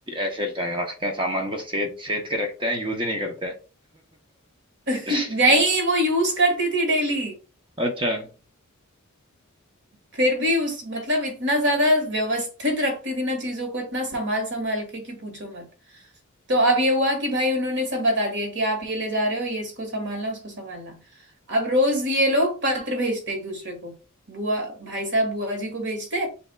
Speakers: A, on the right (about 25°); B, on the right (about 55°).
A: ऐसे रखते हैं सामान को सेद सेद के रखते हैं यूज ही नहीं करते हैं
B: <laughs>
A: <laughs>
B: नहीं वो यूज करती थी डेली
A: अच्छा हम्म,
B: फिर भी उस मतलब इतना ज्यादा व्यवस्थित रखती थी ना चीजों को इतना संभाल संभाल के कि पूछो मत तो अब ये हुआ कि भाई उन्होंने सब बता दिया कि आप ये ले जा रहे हो ये इसको संभालना उसको संभालना अब रोज ये लोग पत्र भेजते एक दूसरे को बुआ भाई साहब बुआ जी को भेजते